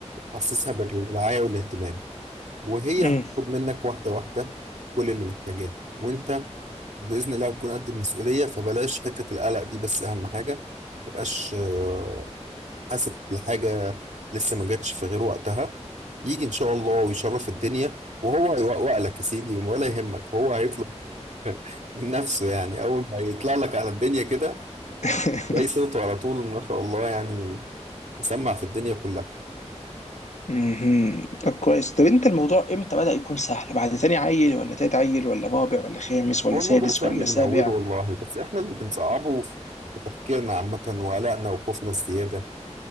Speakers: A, on the right; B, on the left.
A: حسسها بالرعاية والاهتمام وهي
B: مم.
A: هتطلب منك واحدة واحدة كل اللي محتاجاه وانت بإذن الله هتكون قد المسؤولية فبلاش حتة القلق دي بس أهم حاجة ما تبقاش آه، حاسب لحاجة لسه ما جاتش في غير وقتها يجي إن شاء الله ويشرف الدنيا وهو هيوقوق لك يا سيدي ولا يهمك هو هيطلب <laughs> من نفسه يعني أول ما يطلع لك على الدنيا كده
B: <laughs>
A: تلاقي صوته على طول ما شاء الله يعني مسمع في الدنيا كلها
B: مهم. طب كويس طب انت الموضوع امتى بدأ يكون سهل بعد تاني عيل ولا تالت عيل ولا رابع ولا خامس ولا
A: هو الموضوع
B: سادس
A: سهل
B: ولا
A: من
B: سابع
A: أوله والله بس إحنا اللي بنصعبه في تفكيرنا عامة وقلقنا وخوفنا الزيادة